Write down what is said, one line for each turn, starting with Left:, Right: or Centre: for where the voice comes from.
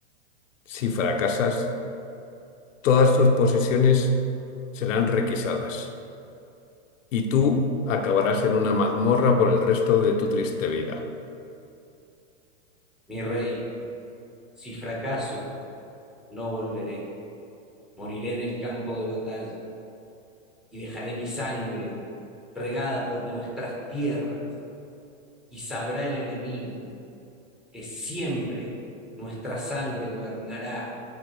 Left: si fracasas, todas tus posesiones serán requisadas. y tú acabarás en una mazmorra por el resto de tu triste vida.
Centre: mi rey, si fracaso, no volveré. Moriré en el campo de batalla y dejaré mi sangre regada por nuestras tierras y sabrá el enemigo que siempre nuestra sangre gobernará